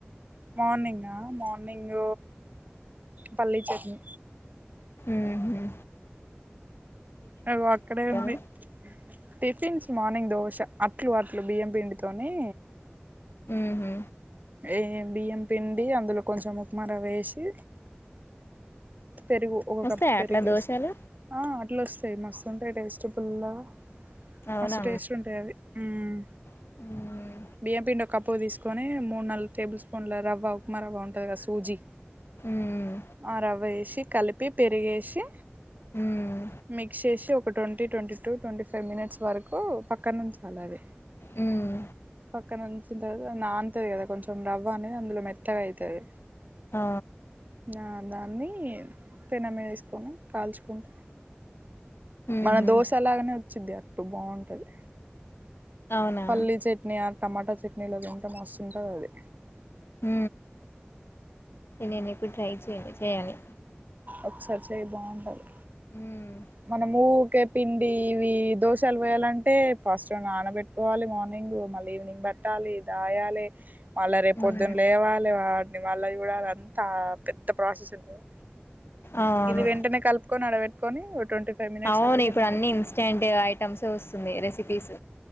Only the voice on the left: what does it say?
ఉహూ
నువ్వు
ఉహూ
వస్తాయా
అట్లా
దోశలు
అవునా
మ్మ్.
మ్మ్.
మ్మ్.
మ్మ్.
ఆ
మ్మ్హ్మ్.
అవునా
ఊ నేను ఇప్పుడు ట్రై చేయా చేయాలి
మ్మ్.
మ్మ్.
అవును
అవును
ఇప్పుడు
అన్ని ఇన్స్టాంట్ ఐటమ్స్ వస్తున్నాయి రెసిపీస్